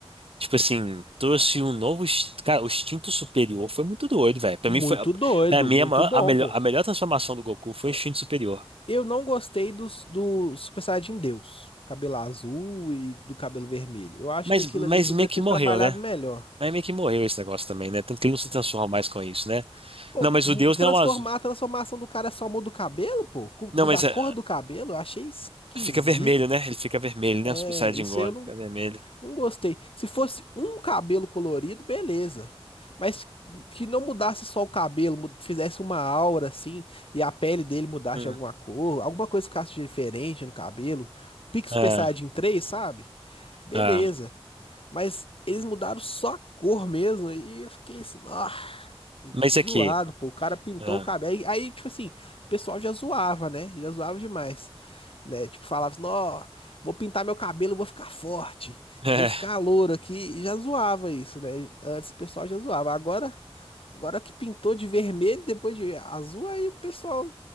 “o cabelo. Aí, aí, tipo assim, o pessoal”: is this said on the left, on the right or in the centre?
Left